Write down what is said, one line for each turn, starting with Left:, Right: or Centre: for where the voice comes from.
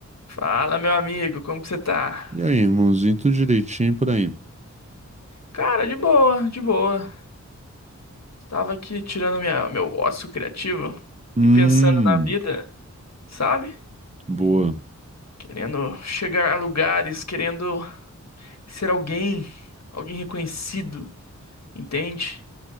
Left: Fala, meu amigo, como que você tá?
Right: E aí, irmãozinho, tudo direitinho por aí.
Left: Cara, de boa, de boa. Estava aqui tirando minha, meu ócio criativo
Right: Hum,
Left: e pensando na vida, sabe?
Right: boa.
Left: Querendo chegar a lugares, querendo ser alguém, alguém reconhecido, entende?